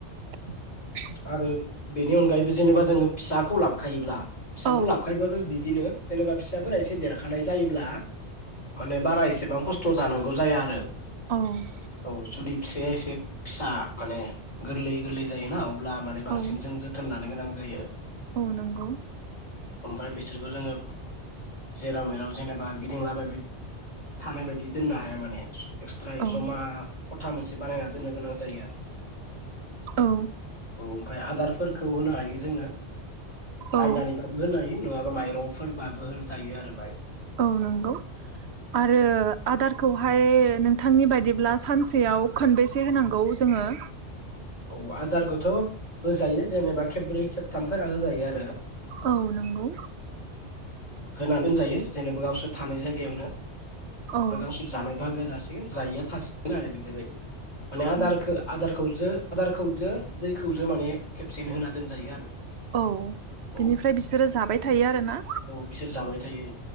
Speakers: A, on the right; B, on the left.
A: ।
B: आरो बेनि अनगायैबो जेनेबा जोङो फिसाखौ लाबखायोब्ला फिसाखौ
A: औ
B: लाबखायोबाबो बि बिदिनो जेनेबा फिसाफोरा एसे देरखानाय जायोब्ला माने बारा एसेबां खस्थ जानांगौ जाया आरो ।
A: औ ।
B: औ जुदि फिसाया एसे फिसा माने गोरलै-गोरलै जायोना अ ब्ला माने बांसिन
A: औ
B: जों जोथोन लानोगोनां जायो ।
A: औ नंगौ ।
B: ओमफाय बिसोरखो जोङो जेराव मेराव जेनेबा गिदिंलाबायबाय थानाय बायदि दोननो हाया माने । एक्सट्रायै
A: औ
B: जमा खथा मोनसे बानायना दोननो गोनां गैया
A: औ
B: उम आदारफोरखौ होनो हायो जोङो बायनानै
A: औ
B: बाबो दोननो हायो माइरंफोरबाबो जायोथद आरो बायतपपप
A: औ नंगौ आरो आदारखौहाय नोंथांनि बायदि अब्ला सानसेयाव खनबेसे होनांगौ जोङो
B: औ आदारखौथ' होजायो जेनेबा खेब्रै खेबथामफोरा होजायो आरो
A: औ नंगौ
B: होना दोनजायो जेनेबा गावसोर थानाय जायगायावनो
A: औ
B: बा गावसोर जानो बागो जासिगोन जायिया थासिगोन आरो बेफोरबायदि माने आदारखौ
A: औ
B: आदारखौ जो आदारखौजो दैखौजो माने खेबसेनो होना दोनजायो आरो
A: औ
B: औ
A: बिनिफ्राय बिसोरो जाबाय थायो आरोना
B: औ बिसोर जाबाय थायो